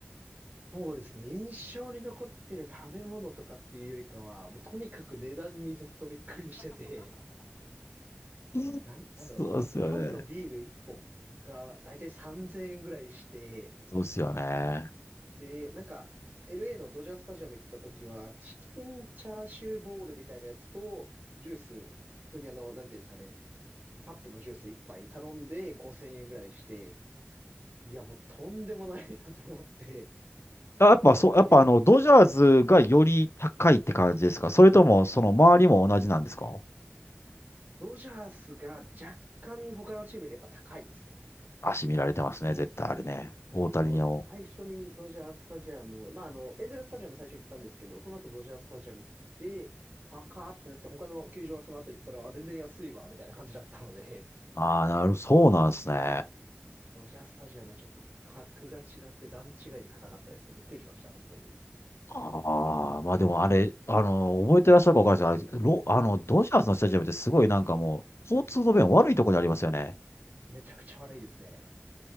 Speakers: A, on the right; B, on the left.
A: そうですね。印象に残ってる食べ物とかっていうよりかは、もうとにかく値段にずっとびっくりしてて、
B: うんそうですよね。
A: なん、なんだろう、か缶のビール1本がだいたい3000円ぐらいして、
B: そうですよね。
A: で、なんか、LA のドジャースタジアム行った時は、チキンチャーシューボールみたいなやつと、ジュース、普通にあの、なんていうんですかね、カップのジュース一杯頼んで5000円ぐらいして、いや、もうとんでもないなと思って、
B: あやっぱそう、
A: なんならビールと、
B: やっぱあの、ドジャーズがより高いって感じですかそれとも、
A: はい
B: その周りも同じなんですか
A: ドジャースが若干他のチームよりやっぱ高いですね。
B: 足見られてますね、絶対あれね。大谷にも。
A: そうですね。最初にドジャースタジアム、まあ、あの、エンゼルスタジアム最初行ったんですけど、その後ドジャースタジアム行って、高ーってなって、他の球場はその後行ったら、あ全然安いわ、みたいな感じだったので
B: ああ、なる、そうなんですね。
A: ドジャースタジアムはちょっと格が違って段違いで高かったですね。びっくりしました、本当に。
B: ああ、まあでもあれ、あの、覚えてらっしゃるかわかんないですけど、あれロあの、ドジャースのスタジアムってすごいなんかもう、交通の便悪いとこにありますよね。
A: めちゃくちゃ悪いですね。